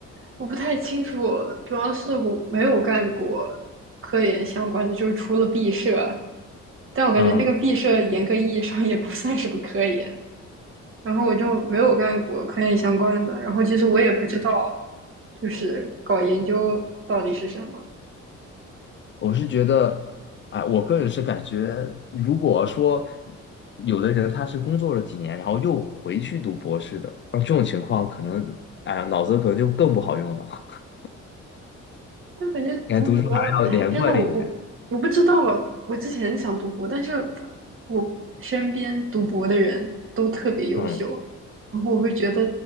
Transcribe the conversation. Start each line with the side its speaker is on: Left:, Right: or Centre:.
Right: 我不太清楚，主要是我没有干过科研相关的，就是除了毕设，但我感觉那个毕设严格意义上也不算什么科研。
Left: 嗯。
Right: 然后我就没有干过科研相关的，然后其实我也不知道，就是搞研究到底是什么。
Left: 我是觉得，哎，我个人是感觉，如果说有的人他是工作了几年，然后又回去读博士的，那这种情况可能，哎呀，脑子可能就更不好用了。<laughs>
Right: 但感觉读博，
Left: 应该读书还是要连贯一点。
Right: 哎，真的我我我不知道，我之前想读博，但是我身边读博的人都特别优秀，
Left: 嗯，
Right: 然后我会觉得